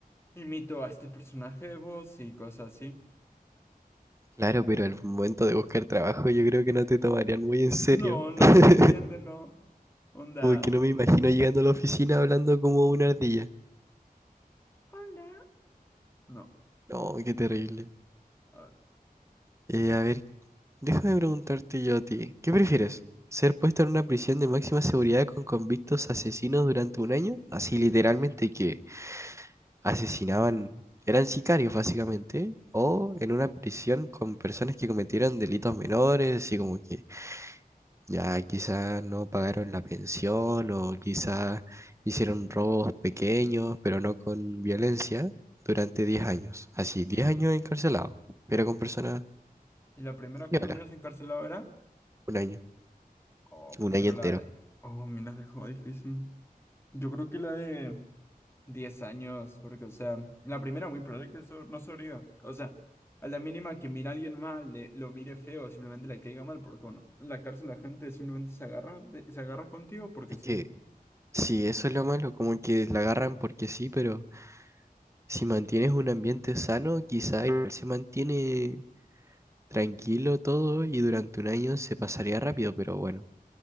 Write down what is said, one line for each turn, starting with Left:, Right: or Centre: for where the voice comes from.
Left: imito a este personaje de voz y cosas así.
Right: Claro, pero el momento de buscar trabajo yo creo que no te tomarían muy en serio.
Left: No, no,
Right: <laughs>
Left: <laughs> definitivamente no. Onda,
Right: Como que no me imagino llegando a la oficina hablando como una ardilla.
Left: hola. No,
Right: No, qué terrible.
Left: a ver.
Right: Eh, a ver, Déjame preguntarte yo a ti, ¿qué prefieres? ¿Ser puesto en una prisión de máxima seguridad con convictos asesinos durante un año? Así literalmente que asesinaban, eran sicarios básicamente, ¿eh? o en una prisión con personas que cometieron delitos menores, así como que ya quizás no pagaron la pensión o quizás hicieron robos pequeños, pero no con violencia, durante 10 años. Así, 10 años encarcelados, pero con personas
Left: ¿Y la primera cuántos
Right: viola,
Left: años encarcelado era?
Right: un año,
Left: Oh,
Right: un
Left: prefiero
Right: año entero.
Left: la de. Oh, me las dejó difícil. Yo creo que la de 10 años, porque, o sea, la primera muy probable que so- no sobreviva. O sea, a la mínima que mira a alguien mal, le, lo mire feo, simplemente le caiga mal, porque, bueno, en la cárcel la gente simplemente se agarra, de- se agarra contigo porque
Right: Es
Left: sí.
Right: que
Left: ¿no?
Right: Sí, eso es lo malo, como que la agarran porque sí, pero si mantienes un ambiente sano, quizá igual se mantiene tranquilo todo y durante un año se pasaría rápido, pero bueno,